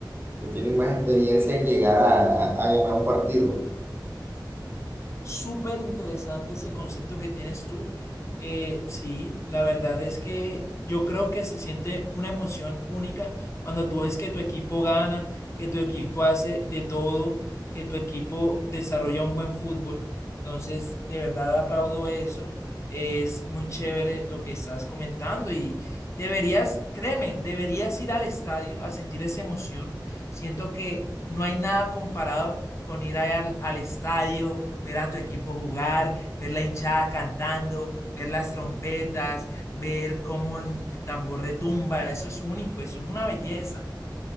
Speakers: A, on the right; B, on the left.
A: que tienen más experiencia en llegar a, a- a ganar un partido.
B: Súper interesante ese concepto que tienes tú. Eh, sí, la verdad es que yo creo que se siente una emoción única cuando tú ves que tu equipo gana, que tu equipo hace de todo, que tu equipo desarrolla un buen fútbol. Entonces, de verdad aplaudo eso. Es muy chévere lo que estás comentando y deberías, créeme, deberías ir al estadio a sentir esa emoción. Siento que no hay nada comparado con ir allá al al estadio ver a tu equipo jugar, ver la hinchada cantando, ver las trompetas, ver cómo el tambor retumba, eso es único, eso es una belleza.